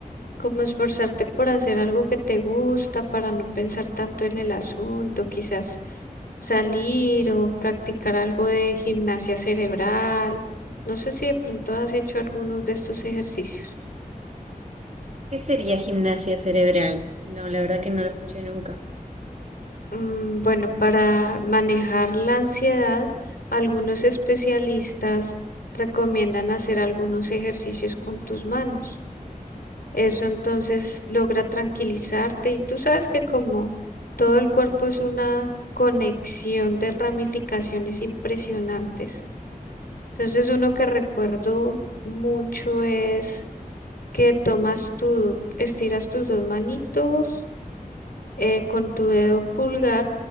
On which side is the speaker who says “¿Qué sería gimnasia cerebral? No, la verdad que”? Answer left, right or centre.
Right